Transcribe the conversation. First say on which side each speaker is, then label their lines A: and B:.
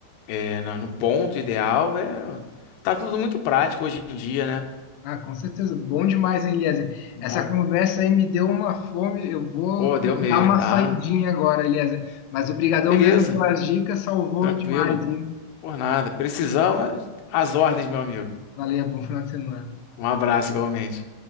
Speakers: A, on the left; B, on the left.
A: é, na- no ponto ideal. É, tá tudo muito prático hoje em dia, né?
B: Ah, com certeza, bom demais, hein, Eliezer?
A: Bom,
B: Essa conversa aí me deu uma fome, eu vou
A: pô, deu
B: ter que
A: mesmo,
B: dar uma
A: dá.
B: saidinha agora, Eliezer. Mas obrigadão
A: Beleza,
B: mesmo pelas dicas, salvou
A: tranquilo.
B: demais, hein?
A: Por nada. Precisamos, as ordens, meu amigo.
B: Valeu, bom final de semana.
A: Um abraço igualmente.